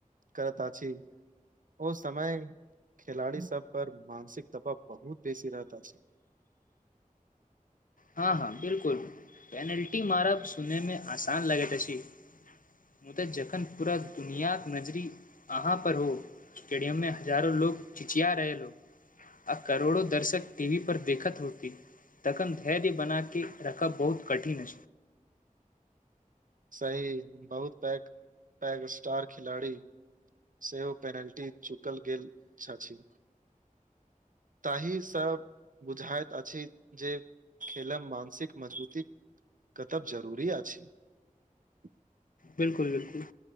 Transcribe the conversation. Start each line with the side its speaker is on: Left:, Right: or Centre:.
Right: करैत अछि ओ समय खेलाड़ी सब पर मानसिक दबाव बहुत बेसी रहैत अछि
Left: हँ हँ बिलकुल पेनाल्टी मारब सुनैमे आसान लगैत अछि मुदा जखन पूरा दुनियाक नजरी अहाँ पर हो स्टेडियम मे हजारो लोग चिचिया रहत आ करोड़ो दर्शक टीवी पर देखत होती तखन धैर्य बनाके रखब बहुत कठिन
Right: सही बहुत पैघ पैघ स्टार खिलाड़ी सेहो पेनाल्टी चुकल गेल छाह छी ताहि स बुझाइत अछि जे खेलम मानसिक मजबूत तब जरूरी अछि <inaudible>
Left: बिल्कुल बिल्कुल